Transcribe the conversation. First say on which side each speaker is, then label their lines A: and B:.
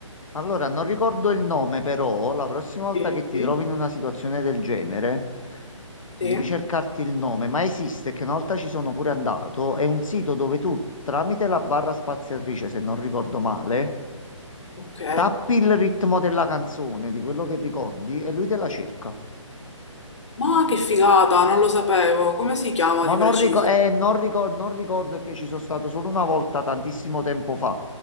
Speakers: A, on the left; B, on the left.
A: Allora, non ricordo il nome, però la prossima volta
B: Sì,
A: che ti trovi in una situazione del genere, devi
B: sì,
A: cercarti il nome, ma esiste, che una volta ci sono pure andato, è un sito dove tu, tramite la barra spaziatrice, se non ricordo male,
B: ok.
A: tappi il ritmo della canzone, di quello che ricordi, e lui te la cerca.
B: Ma che figata, non lo sapevo, come si chiama
A: Ma
B: di
A: non,
B: preciso?
A: ricor- eh, non ricor- non ricordo è che ci sono stato solo una volta tantissimo tempo fa.